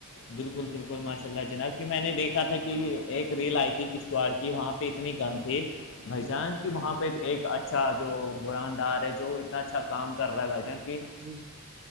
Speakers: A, on the left; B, on the right.
A: بالکل بالکل ماشاء اللہ جناب کی میں نے دیکھا تھا کہ ایک ریل
B: جی
A: آئی تھی کشتواڑ کی وہاں پہ اتنے گند تھے
B: جی
A: بھائیجان کے کہ وہاں پہ ایک اچھا جو براندار ہے جو اتنا اچھا کام کر رہا ہے بھائی جان کی
B: جی جی